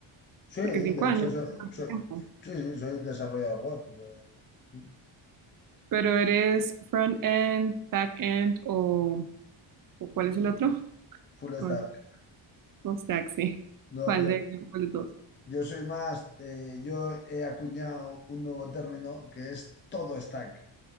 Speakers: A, on the left; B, on the right.
A: Sí, de
B: porque cinco años.
A: hecho, so-
B: es harto
A: so-
B: tiempo.
A: sí, sí, soy desarrollador web, pues, eh,
B: Pero eres front-end, back-end o, o ¿cuál es el otro? <laughs>
A: full
B: No,
A: stack.
B: es full stack, sí.
A: No,
B: ¿Cuál
A: yo,
B: de, cuál de todos?
A: yo soy más, eh, yo he acuñado un nuevo término que es todo stack.